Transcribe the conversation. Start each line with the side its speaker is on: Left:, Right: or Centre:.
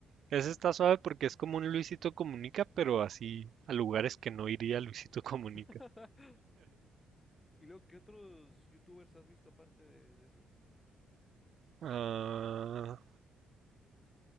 Right: Ese está suave porque es como un Luisito Comunica, pero así a lugares que no iría Luisito Comunica.
Left: <laughs> ¿Y luego qué otros youtubers has visto aparte de, de esos?
Right: Ah,